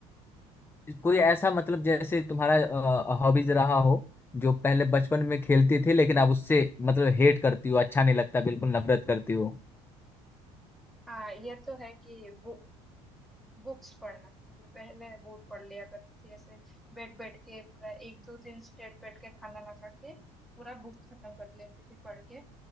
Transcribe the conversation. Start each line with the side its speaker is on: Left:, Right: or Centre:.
Left: कोई ऐसा मतलब जैसे तुम्हारा हॉबीज रहा हो जो पहले बचपन में खेलती थी लेकिन अब उससे मतलब हेट करती हो अच्छा नहीं लगता बिल्कुल नफरत करती हो
Centre: हाँ ये तो है कि बु, बुक्स पढ़ना मतलब पहले बहुत पढ़ लिया करती थी ऐसे बैठ बैठ के पूरा एक दो दिन स्ट्रेट बैठ के खाना ना खा के पूरा बुक खत्म कर लेती थी पढ़ के